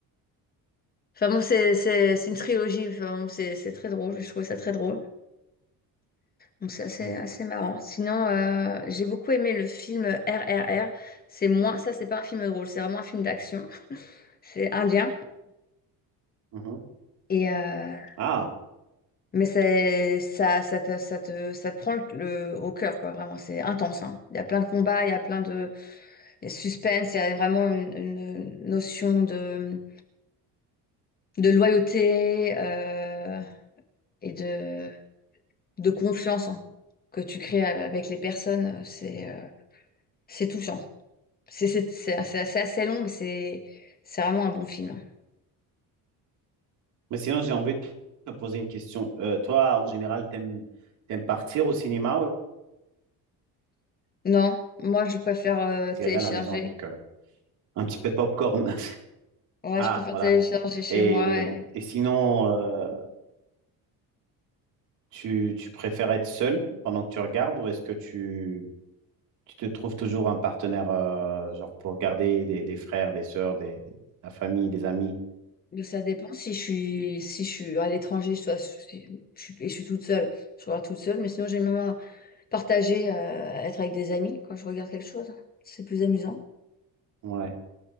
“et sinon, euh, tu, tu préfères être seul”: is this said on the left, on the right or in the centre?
Right